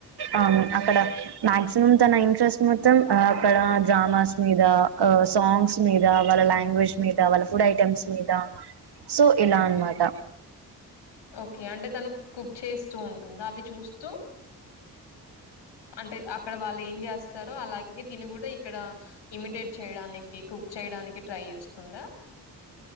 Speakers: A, on the right; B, on the left.
A: అవును అక్కడ మాక్సిమం తన ఇంట్రెస్ట్ మొత్తం అక్కడ డ్రామాస్ మీద సాంగ్స్ మీద వాళ్ళ లాంగ్వేజ్ మీద వాళ్ళ ఫుడ్ ఐటెమ్స్ మీద సో ఇలా అన్ మాట
B: ఓకే అంటే తను కుక్ చేస్తూ ఉంటుందా అవి చూస్తూ అంటే అక్కడ వాళ్ళు ఏం చేస్తారో అలాగే దీన్ని కూడా ఇక్కడ ఇమిటేట్ చేయడానికి కుచ చేయడానికి ట్రై చేస్తుందా